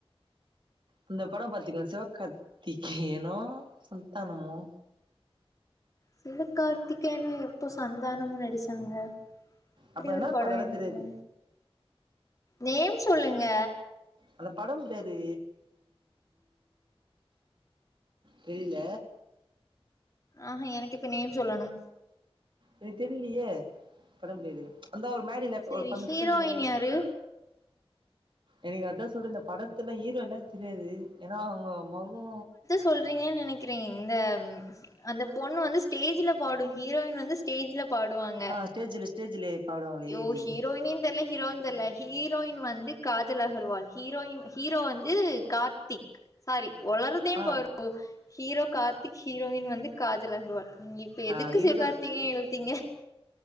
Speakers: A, on the right (about 55°); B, on the left (about 35°).
A: அந்த படொம் பாத்தீங்லா சிவக்காத்திகேயனோ சந்த்தானமோ
B: சிவகார்த்திகேயனு எப்போ சந்தானமு நடிச்சாங்க அப்டி
A: அப்ப
B: ஒரு படொ
A: படம்லா
B: என்ன
A: தெரியாது
B: படொ நேம் சொல்லுங்க
A: அந்த படம் பேரு தெரில
B: ஆஹ எனக்கு இப்ப நேம் சொல்லணு
A: எனக் தெர்லியே படம் பேரு அந்தா ஒரு மேடில
B: செரி
A: ஒரு பங்க்ஷன்ல
B: ஹீரோயின் யாரு
A: எனுக்கு அத்தா சொல்ற இந்த படத்துல ஹீரோல்லா தெரியாது எனா அவுங்க மொகோ
B: சொல்றீங்கன் நெனைக்கறே இந்த அந்த பொண்ணு வந்து ஸ்டேஜ்ல பாடு ஹீரோயின் வந்து ஸ்டேஜ்ல பாடுவாங்க
A: ஸ்டேஜ்ல ஸ்டேஜ்ல பாடுவாங்களே
B: யோ
A: ஏறி
B: ஹீரோயினின் தெர்ல ஹீரோவா தெர்ல ஹீரோயின் வந்து காஜல் அகர்வால் ஹீரோயின் ஹீரோ வந்து கார்த்தி சாரி ஒளறுதே
A: ஆ
B: பாரு <inaudible> ஹீரோ கார்த்திக் ஹீரோயின் வந்து காஜல் அகர்வால் நீங்க இப்ப எதுக்கு
A: ஆ ஹீரோ
B: சிவகார்த்தீகேயன் இழுத்தீங்க